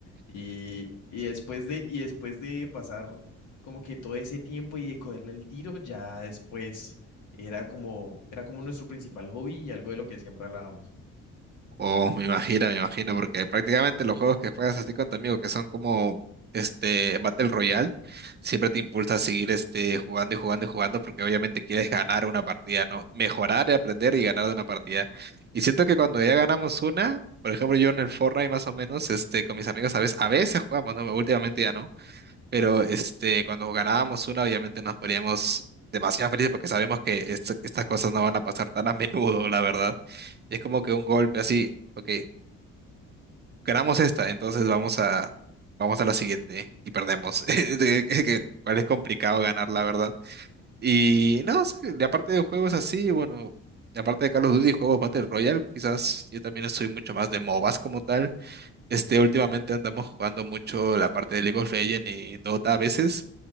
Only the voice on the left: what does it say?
Y, y después de, y después de pasar como que todo ese tiempo y de cogerle el tiro, ya después era como, era como nuestro principal hobby y algo de lo que siempre hablábamos.